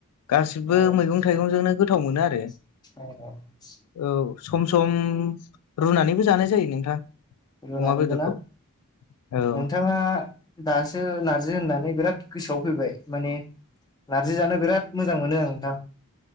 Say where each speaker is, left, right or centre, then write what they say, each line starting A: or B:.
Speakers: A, on the left; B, on the left.
A: गासिबो
B: औ
A: मैगं थाइगंजोंनो गोथाव मोनो आरो।
B: औ
A: औ सम सम रुनानैबो जानाय जायो नोंथां।
B: रुनानैबो
A: अमा बेदरखौ
B: ना
A: औ
B: नोंथाङा दासो नारजि होननानै बिराद गोसोआव फैबाय माने नार्जि जानो बिराद मोजां मोनो आं दा